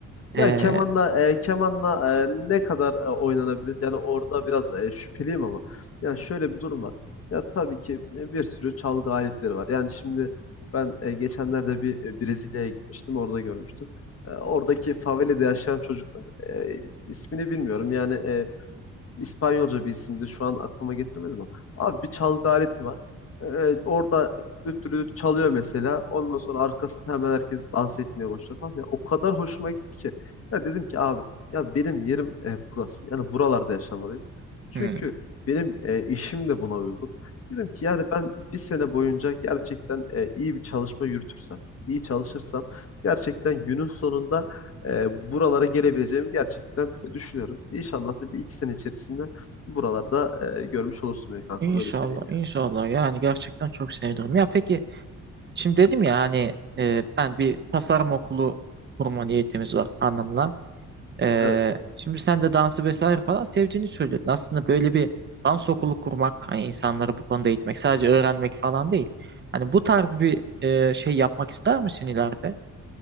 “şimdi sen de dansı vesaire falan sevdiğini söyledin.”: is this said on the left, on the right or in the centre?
Right